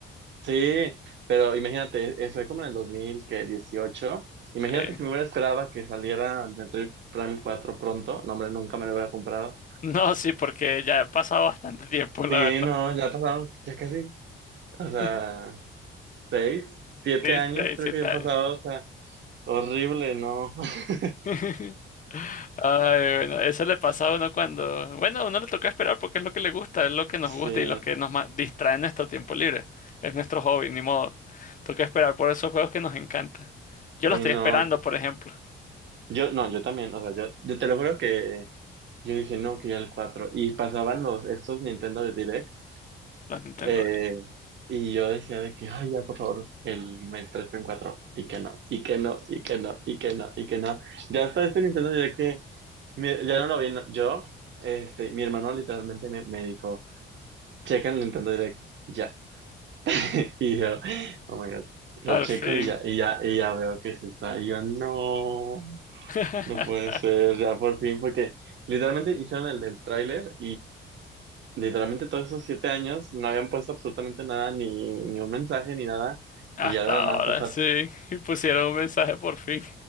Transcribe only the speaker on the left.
Sí. <laughs>
No, sí, porque ya ha pasado bastante tiempo, la
verdad.
<laughs>
Sí,
seis,
siete
años.
<laughs> Ay, bueno, eso le pasa a uno cuando... Bueno, a uno le toca esperar porque es lo que le gusta, es lo que nos gusta
y los que nos ma- distraen nuestro tiempo libre. Es nuestro hobby, ni modo. Toca esperar por esos juegos que nos encantan. Yo
lo estoy
esperando, por ejemplo.
Los Nintendo.
Al
fin.
<laughs>
Hasta
ahora,
sí. Y pusieron un mensaje por fin.